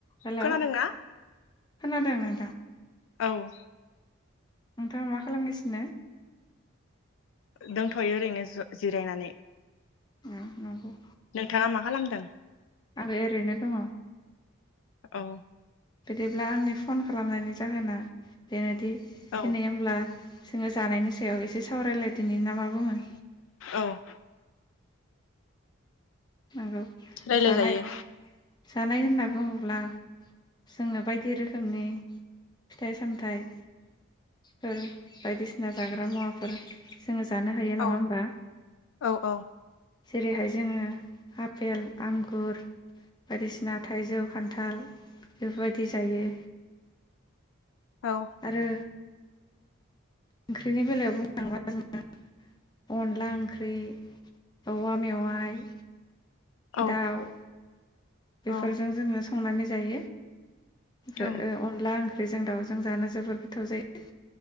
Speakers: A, on the left (about 20°); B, on the left (about 65°).
A: Hello
B: खोनादोंना?
A: खोनादों नोंथां‌
B: औ
A: नोंथाङा मा खालामगासिनो
B: दंथ'यो ओरैनो जिरायनानै।
A: उम नोंगौ।
B: नोंथाङा मा खालामदों?
A: आं ओरैनो दङ।
B: औ
A: बिदिब्ला आंनि फन खालामनायनि जाहोना बेनोदि
B: औ
A: दिनै होमब्ला जोङो जानायनि सायाव एसे सावरायलाय दिनि ना मा बुङो?
B: औ
A: नंगौ
B: रायलायजायो
A: जानाय जानाय होनना बुङोब्ला जोङो बायदि रोखोमनि फिथाइ सामथाइ फोर बायदिसिना जाग्रा मुवाफोर जोङो जानो हायो नङा
B: औ
A: होमबा?
B: औ औ
A: जेरैहाय जोङो आफेल आंगुर बायदिसिना थाइजौ खान्थाल बेफोरबायदि जायो।
B: औ
A: आरो ओंख्रिनि बेलायाव बुं <unintelligible> अनला ओंख्रि, औवा मेवाइ
B: औ
A: दाव बेफोरजों
B: औ
A: जोङो स संनानै जायो। ओ
B: औ
A: अनला ओं ख्रिजों दावजों जानो जोबोर गोथाव जायो।